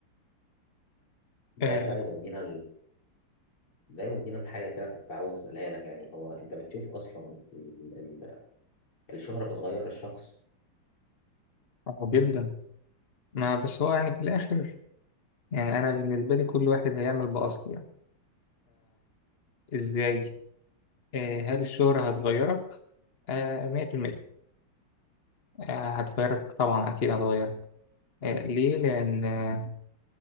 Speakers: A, on the left (about 75°); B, on the left (about 35°).
A: ده
B: آه
A: بقى يودينا ده يودينا لحاجة كده كنت عاوز أسألها لك يعني هو أنت بتشوف أصلا ال- ال- الشهرة بتغير الشخص
B: آه، جدا ما بس هو يعني في الآخر يعني أنا بالنسبة لي كل واحد هيعمل بأصله يعني فإزاي آه هل الشهرة هتغيرك؟ آه 100% آه هتغيرك طبعا أكيد هتغيرك آه ليه؟ لأن آه